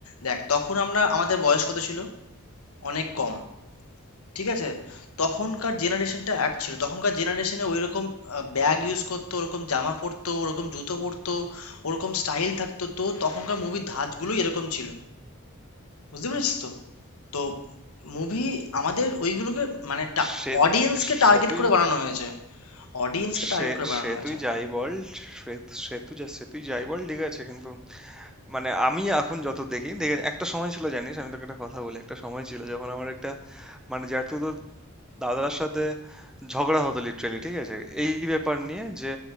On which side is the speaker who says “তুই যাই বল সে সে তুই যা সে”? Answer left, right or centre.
Centre